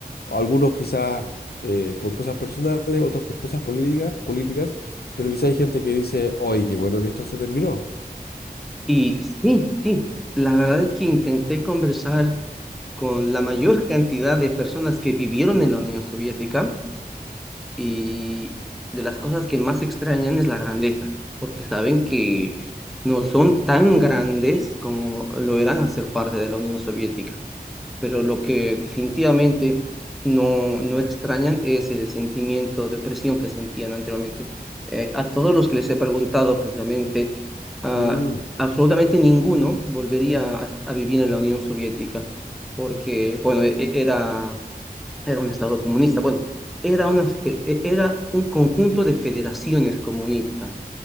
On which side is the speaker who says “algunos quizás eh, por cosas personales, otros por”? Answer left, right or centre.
Left